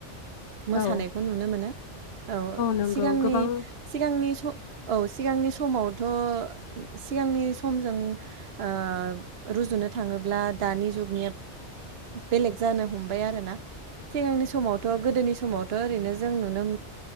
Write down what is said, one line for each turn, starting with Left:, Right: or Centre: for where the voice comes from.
Right: मोसानायखौ
Left: औ
Right: नुनो मोनो औ
Left: नंगौ
Right: सिगांनि
Left: गोबां
Right: सिगांनि सम औ सिगांनि समावथ' सिगांनि समजों ओ रुजुनो थांङोब्ला दानि जुगनिया बेलेग जानो हमबाय आरो ना सिगांनि समावथ' गोदोनि सम मावथ' ओरैनो जों नुनो